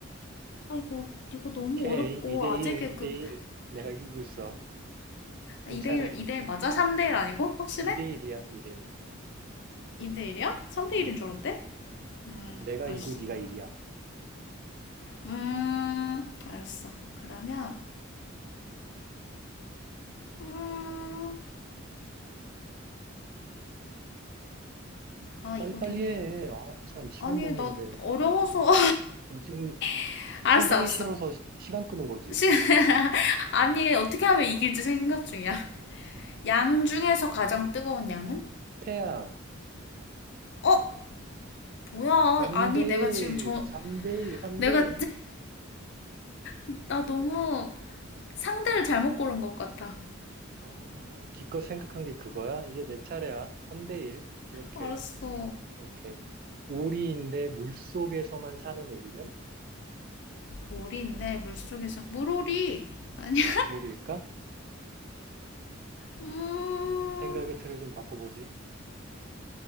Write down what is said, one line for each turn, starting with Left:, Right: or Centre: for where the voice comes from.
Left: 아, 이거, 이거 너무
Right: 오케이.
Left: 어렵고,
Right: 2대1,
Left: 아재 개그.
Right: 2대1. 내가 이기고 있어. 네
Left: 2대1,
Right: 차례.
Left: 2대1 맞아? 3대1 아니고? 확실해?
Right: 2대1이야, 2대1.
Left: 2대1이야? 3대1인
Right: 응.
Left: 줄 알았대? 음,
Right: 내가
Left: 알았어.
Right: 이고 네가
Left: 그러면.
Right: 일이야
Left: 음, 알았어. 그러면, 음, 아,
Right: 빨리빨리
Left: 이거 되게,
Right: 해. 아, 참, 시간도
Left: 아니,
Right: 없는데.
Left: 나 어려워서.
Right: 너 지금
Left: <laughs> 알았어,
Right: 술 사기
Left: 알았어.
Right: 싫어서 시- 시간 끄는 거지.
Left: 시, 아니, 어떻게 하면 이길지 생각 중이야.
Right: 아,
Left: 양 중에서 가장 뜨거운 양은?
Right: 태양.
Left: 어? 뭐야?
Right: 3대1,
Left: 아니, 내가 지금 저,
Right: 3대1, 3대1.
Left: 내가, 지- 나 너무 상대를 잘못 고른 것 같아.
Right: 아, 기껏 생각한 게 그거야? 이제 내 차례야. 3대1. 기억해.
Left: 알았어.
Right: 오케이. 오리인데 물속에서만 사는 오리는?
Left: 오리인데, 물속에서. 물오리! 아니,
Right: 물오리일까?
Left: 음,
Right: 생각의 틀을 좀 바꿔보지.